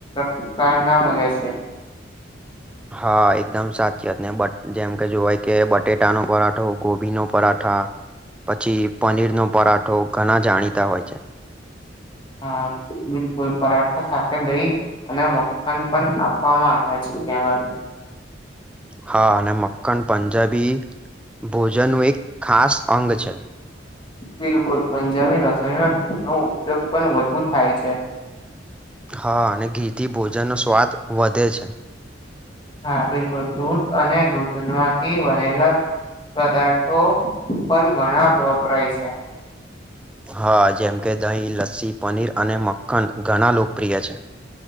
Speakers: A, on the left (about 25°); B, in the centre.
A: પ્રકારના મળે છે
B: હા એકદમ સાચી વાત ને બ જેમ કે જોવાય કે બટેટાનો પરાઠો ગોભી નો પરાઠા પછી પનીર નો પરાઠો ઘણા જાણીતા હોય છે
A: હા બિલકુલ પરાઠા સાત દહી અને મખન પણ આપાપવામાં આવે છે ત્યાં
B: હા અને મક્કન પંજાબી ભોજન નું એક ખાસ અંગ છે
A: બિલકુલ પંજાબની રસોઈમાં ઘી નો ઉપયોગ પણ વધુ થાય છે
B: હા અને ઘીથી ભોજન નો સ્વાદ વધે છે
A: હા બિલકુલ દૂધ અને દૂધ માંથી બનેલા પદાર્થો પણ ઘણા વપરાય છે
B: હા જેમ કે દહીં લસ્સી પનીર અને મક્કન ઘણા લોકપ્રિય છે